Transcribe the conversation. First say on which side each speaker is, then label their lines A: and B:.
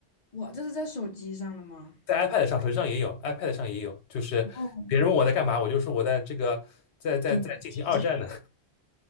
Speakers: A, on the left; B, on the left.
A: 哇，这是在手机上的吗？
B: 在 iPad 上、手机上也有，iPad 上也有，就是别人问我在干嘛，
A: 哦，
B: 我就说我在这个在在在进行二战呢，
A: 对，<laughs>